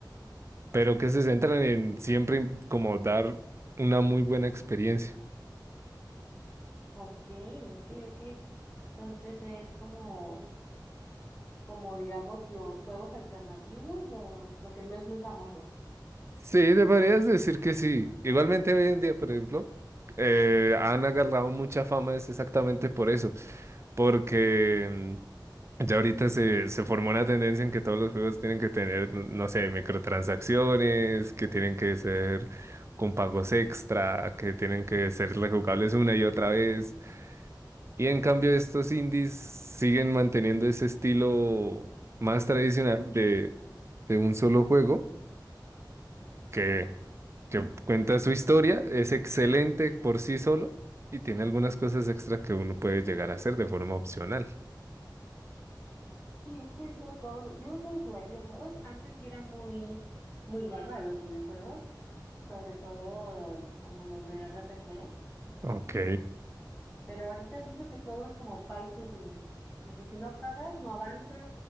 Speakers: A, on the right; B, on the left.
A: pero que se centran en siempre en como dar una muy buena experiencia.
B: Ok, ok, ok. Entonces es como, como digamos, los juegos alternativos, lo, lo que no es muy famoso.
A: Sí, te podrías decir que sí. Igualmente hoy en día, por ejemplo, eh, han agarrado mucha fama es exactamente por eso, porque Ya ahorita se, se formó una tendencia en que todos los juegos tienen que tener, no no sé, microtransacciones, que tienen que ser con pagos extra, que tienen que ser rejugables una y otra vez. Y en cambio estos indies siguen manteniendo ese estilo más tradicional de, de un solo juego que,
B: Ok.
A: que cuenta su historia, es excelente por sí solo y tiene algunas cosas extra que uno puede llegar a hacer de forma opcional.
B: Sí, es que ahorita todo, yo dejé de jugar videojuegos, antes sí era muy, muy dada a los videojuegos, sobre todo como los de RPG,
A: Ok.
B: pero ahorita siento que todo es como pay to win, como que si no pagas, no avanzas,